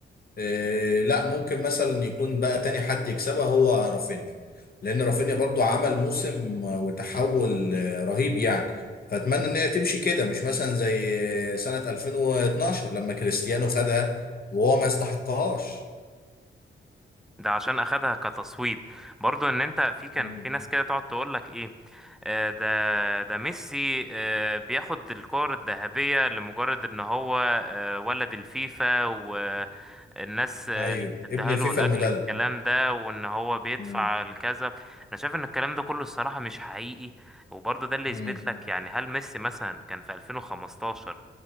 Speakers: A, on the left; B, in the centre.
A: إيه لا ممكن مثلا يكون بقى تاني حد يكسبها هو رافينيا لان رافينيا برضو عمل موسم وتحول آه، رهيب يعني فاتمنى ان هي تمشي كده مش مثلا زي سنة 2012 لما كريستيانو خدها وهو ما يستحقهاش
B: ده عشان اخدها كتصويت برضو ان انت في كان
A: مم.
B: في ناس كده تقعد تقول لك ايه آه، ده ده ميسي آه، بياخد الكور الذهبية لمجرد ان هو آه، ولد الفيفا والناس آه،
A: ايوه
B: بتديها
A: ابن الفيفا
B: له لاجل
A: المدلل
B: الكلام ده وان هو بيدفع
A: مم.
B: الكذا انا شايف ان الكلام ده كله الصراحة مش حقيقي وبرضه ده اللي
A: مم.
B: يثبت لك يعني هل ميسي مثلا كان في 2015